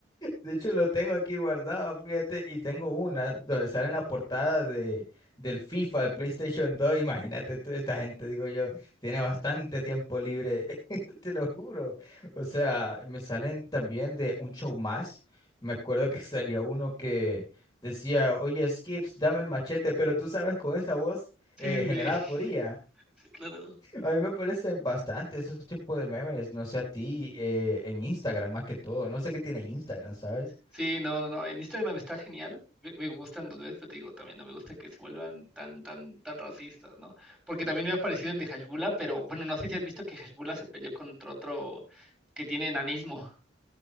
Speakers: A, on the left; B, in the centre.
A: De hecho, lo tengo aquí guardado, fíjate, y tengo una donde sale en la portada de, del FIFA, de PlayStation 2. Imagínate tú, esta gente, digo yo, tiene bastante tiempo libre, <laughs> te lo juro. O sea, me salen también de un show más. Me acuerdo que <laughs> salía uno que decía, oye, Skips, dame el machete, pero tú sabes, con esa voz
B: Sí,
A: eh,
B: sí,
A: generada por IA.
B: sí, claro.
A: A A mí me parecen bastante esos tipos de memes, no sé a ti, eh, en Instagram más que todo. No sé qué tiene Instagram, ¿sabes?
B: Sí, no, no, no, en Instagram está genial. Me, me gustan los memes, pero te digo, también no me gusta que se vuelvan tan, tan, tan racistas, ¿no? Porque también me ha parecido el de Hashmula, pero bueno, no sé si has visto que Hashmula se peleó contra otro que tiene enanismo,